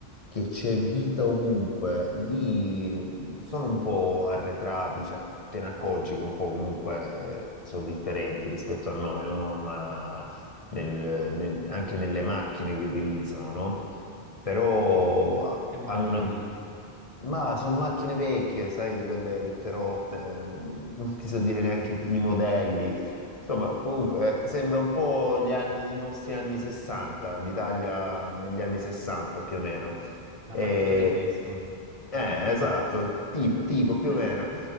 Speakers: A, on the left; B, on the right.
A: che c'è vita ovunque, lì mh, sono un po' arretrati, cioè te ne accorgi che un po' comunque eh, sono differenti rispetto a noi, no? Ma nel- nel- anche nelle macchine che utilizzano, no? Però
B: Che,
A: ah,
B: che macchine
A: hanno una
B: utilizza?
A: ma sono macchine vecchie, sai, di quelle tutte rotte, mm, non ti so dire neanche i modelli. Insomma, comunque eh, sembra un po' gli anni, i nostri anni 60, l'Italia negli anni 60 più o meno.
B: La
A: E,
B: macchina dei Flintstone. La
A: eh,
B: macchina
A: esatto,
B: dei...
A: tipo, tipo più
B: <laughs>
A: o meno.